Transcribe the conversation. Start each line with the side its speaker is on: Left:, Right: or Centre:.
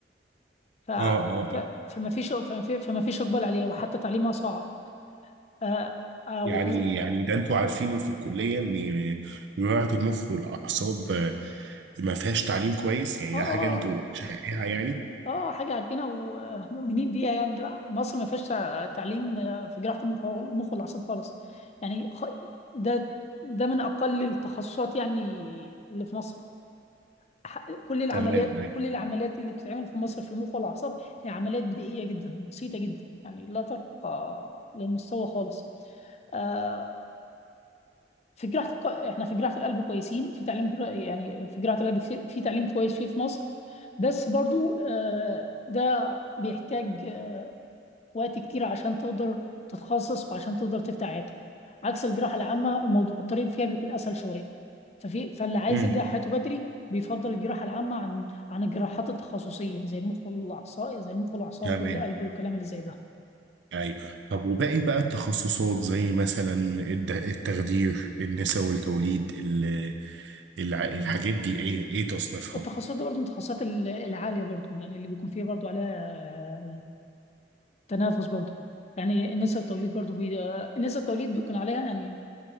Left: ف...
Right: اه اه
Left: ف...
Right: اه
Left: فمفيش فمفيش فمفيش إقبال عليه وحتى تعليمها صعب آه آه
Right: يعني
Left: وكز...
Right: يعني ده انتوا عارفينه في الكلية ان جراحة المخ والاعصاب آه، ما فيهاش تعليم كويس يعني
Left: آه
Right: ده
Left: آه
Right: حاجة انتوا شايفينها يعني
Left: آه آه، حاجة عارفينها ومؤمنين بيها يعني لا مصر ما فيهاش تعليم آه، في جراحة المخ المخ والأعصاب خالص يعني خ... ده ده من أقل التخصصات يعني اللي في مصر ح- كل العمليات
Right: تمام
Left: كل العمليات اللي بتتعمل في مصر في المخ والاعصاب هي عمليات بدائيه جدا بسيطه جدا يعني لا ترقى للمستوى خالص آه، في جراحه الق- احنا في جراحه القلب كويسين في تعليم جرا- يعني في جراحه القلب كتير- في تعليم كويس فيه في مصر بس برضو آه، ده بيحتاج وقت كتير عشان تقدر تتخصص وعشان تقدر تفتح عيادتك عكس الجراحة العامة الموضوع الطريق فيها بيكون أسهل شوية ففي فاللي عايز
Right: امم
Left: يبدأ حياته بدري بيفضل الجراحة العامة عن عن الجراحات التخصصية زي المخ والأعصاب زي المخ والأعصاب
Right: تمام
Left: والقلب والكلام اللي زي ده
Right: ايوه طب وباقي بقى التخصصات زي مثلا الد- التخدير النساء والتوليد ال- الع- الحاجات دي ايه ايه تصنيفها
Left: التخصصات دي برضه من التخصصات ال- العالية برضه يعني اللي بيكون فيها برضه عليها تنافس برضه يعني نسب التوليد برضه بي... نسب التوليد بيكون عليها يعني